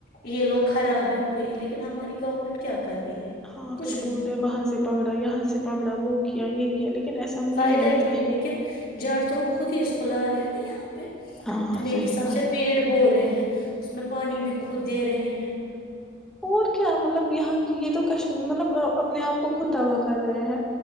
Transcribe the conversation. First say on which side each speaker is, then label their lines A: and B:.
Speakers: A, on the left; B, in the centre.
A: یہ لوگ خراب ہے وہ یہ لیکن ہماری گورنمنٹ کیا کر رہی ہے
B: ہاں
A: کچھ
B: پھر
A: بھی
B: بولتے
A: نہیں
B: ہیں وہاں سے پکڑا یہاں سے پکڑا وہ کیا یہ کیا لیکن ایسا مجھے
A: فائدہ
B: نہیں لگتا
A: کیا ہے لیکن جڑ تو ہم خود ہی اس کو لا رہے ہیں نا یہاں پہ
B: ہاں
A: ہم ایک
B: صحیح
A: حساب
B: بات
A: سے پیڑ بو رہے ہیں اس میں پانی بھی خود دے رہے ہیں
B: اور کیا مطلب یہاں کی یہ تو کشیر مطلب اپنے آپ کو خود تباہ کر رہے ہیں